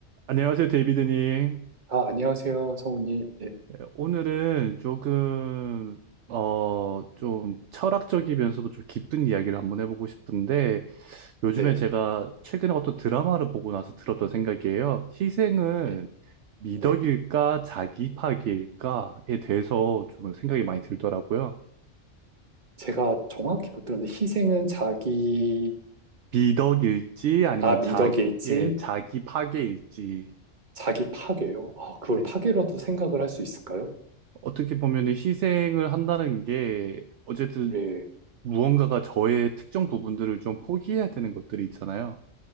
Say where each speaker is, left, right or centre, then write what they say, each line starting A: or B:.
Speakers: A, on the right; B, on the right.
A: 안녕하세요, 데이비드님.
B: 아, 안녕하세요, 성우님. 네,
A: 예, 오늘은 조금, 어, 좀 철학적이면서도 좀 깊은 이야기를 한번 해보고 싶은데, 요즘에
B: 네,
A: 제가 최근에 어떤 드라마를 보고 나서 들었던 생각이에요. 희생은
B: 네.
A: 미덕일까,
B: 네.
A: 자기 파기일까에 대해서 좀 생각이 많이 들더라고요.
B: 제가 정확히 못 들었는데, 희생은 자기,
A: 미덕일지, 아니면
B: 아, 미덕일지,
A: 자기, 예, 자기 파괴일지.
B: 자기 파괴요. 아, 그걸
A: 네.
B: 파괴라도 생각을 할 수 있을까요?
A: 어떻게 보면 희생을 한다는 게, 어쨌든
B: 네.
A: 무언가가 저의 특정 부분들을 좀 포기해야 되는 것들이 있잖아요.